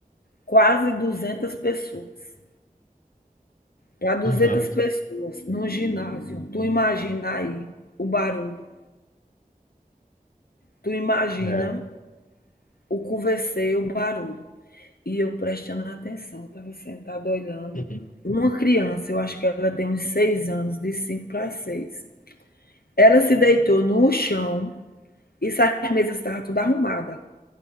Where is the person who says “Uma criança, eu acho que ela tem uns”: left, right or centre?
Left